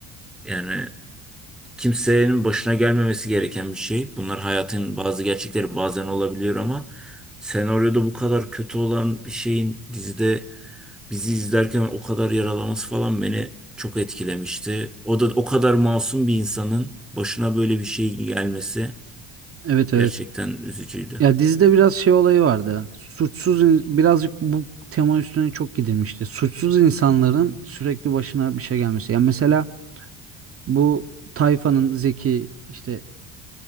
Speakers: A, in the centre; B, on the right.
A: yani kimsenin başına gelmemesi gereken bir şey. Bunlar hayatın bazı gerçekleri bazen olabiliyor ama senaryoda bu kadar kötü olan bir şeyin dizide bizi izlerken o kadar yaralaması falan beni çok etkilemişti. O da o kadar masum bir insanın başına böyle bir şey gelmesi.
B: Evet evet.
A: Gerçekten üzücüydü.
B: Ya dizide biraz şey olayı vardı. Suçsuz in- birazcık bu tema üstüne çok gidilmişti. Suçsuz insanların sürekli başına bir şey gelmesi. Yani mesela bu tayfanın Zeki işte